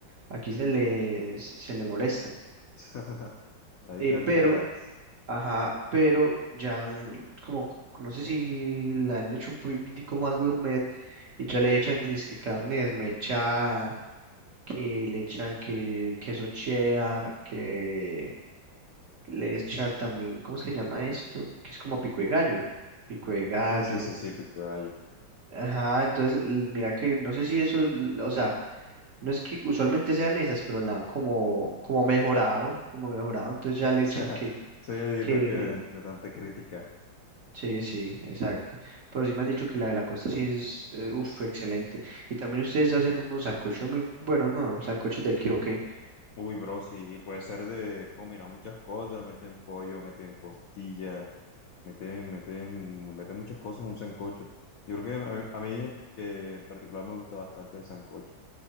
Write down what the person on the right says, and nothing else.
aquí se le, se le molestan.
Eh,
pero, ajá, pero ya, mm, como, c- no sé si la han hecho un poquitico más gourmet y ya le echan, dizque carne desmechada, que le echan que queso cheddar, que le echan también, ¿cómo es que llama esto? Que es como pico de gallo, pico de gallo.
Ajá, entonces l- mira que no sé si eso, l- o sea, no es que usualmente sean esas, pero la han como, como mejorado, como mejorado, entonces ya
le
echan
que,
que,
sí, sí, exacto. Pero sí me han dicho que la de la costa sí es, eh, uf, excelente. Y también ustedes hacen unos sancochos muy buenos, ¿no? ¿Sancochos de qué o qué?